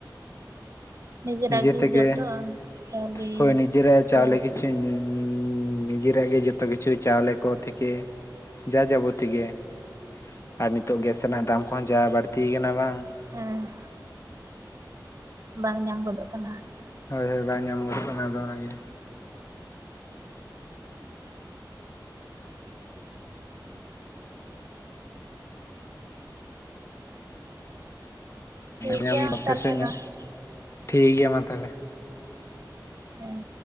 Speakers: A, on the right (about 45°); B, on the left (about 40°).
A: ᱱᱤᱡᱮᱨᱟᱜ
B: ᱱᱤᱡᱮ
A: ᱜᱮ
B: ᱛᱮᱜᱮ,
A: ᱡᱚᱛᱚ ᱪᱟᱣᱞᱮ
B: ᱦᱳᱭ ᱱᱤᱡᱮᱨᱟᱜ
A: ᱩᱛᱩ
B: ᱪᱟᱣᱞᱮ
A: ᱛᱮᱭᱟᱜ
B: ᱠᱤᱪᱷᱩᱧ ᱱᱤᱡᱮᱨᱟᱜ ᱜᱮ ᱡᱚᱛᱚ ᱠᱤᱪᱷᱩ, ᱪᱟᱣᱞᱮ ᱠᱚ ᱛᱷᱮᱠᱮ ᱡᱟ ᱡᱟᱵᱚᱛᱤ ᱜᱮ ᱾ ᱟᱨ ᱱᱤᱛᱚᱜ ᱜᱮᱥ ᱨᱮᱱᱟᱜ ᱫᱟᱢ ᱠᱚᱦᱚᱸ ᱡᱟ ᱵᱟᱹᱲᱛᱤ ᱠᱟᱱᱟ ᱵᱟᱝ
A: ᱦᱮᱸ᱾ ᱵᱟᱝ ᱧᱟᱢ ᱜᱚᱫᱚᱜ ᱠᱟᱱᱟ ᱾
B: ᱦᱳᱭ ᱦᱳᱭ ᱵᱟᱝ ᱧᱟᱢ ᱜᱚᱫᱚᱜ ᱠᱟᱱᱟ ᱟᱫᱚ ᱚᱱᱟᱜᱮ
A: ᱴᱷᱤᱠ
B: ᱧᱟᱢ
A: ᱜᱮᱭᱟ
B: ᱫᱟᱯᱮᱥᱮ
A: ᱛᱟᱦᱚᱞᱮ
B: ᱧᱚᱜ
A: ᱢᱟ
B: ᱴᱷᱤᱠ ᱜᱮᱭᱟ ᱢᱟ ᱛᱟᱦᱞᱮ᱾
A: ᱦᱮᱸ